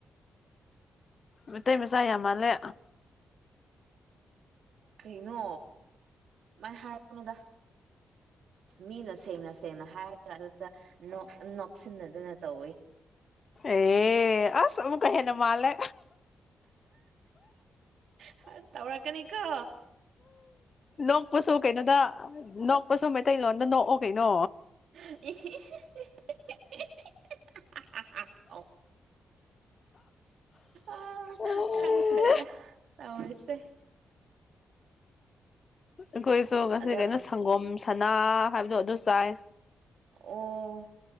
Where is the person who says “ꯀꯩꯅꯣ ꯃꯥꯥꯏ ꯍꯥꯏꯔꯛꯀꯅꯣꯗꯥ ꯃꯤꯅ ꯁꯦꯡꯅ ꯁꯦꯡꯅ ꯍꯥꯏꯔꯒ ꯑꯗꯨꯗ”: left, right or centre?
Right